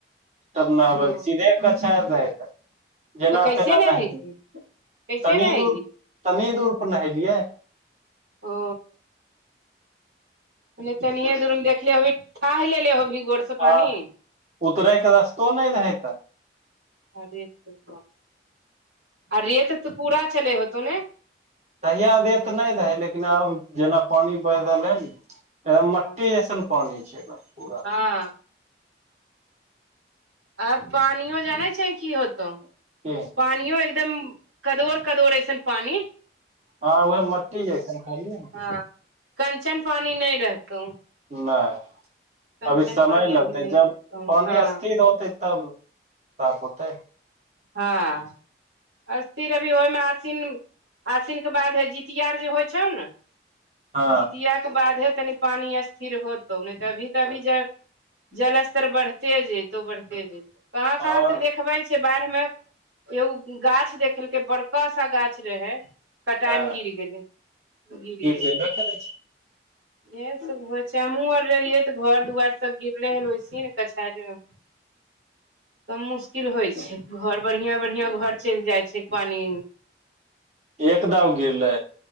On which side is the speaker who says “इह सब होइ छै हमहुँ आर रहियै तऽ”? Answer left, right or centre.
Right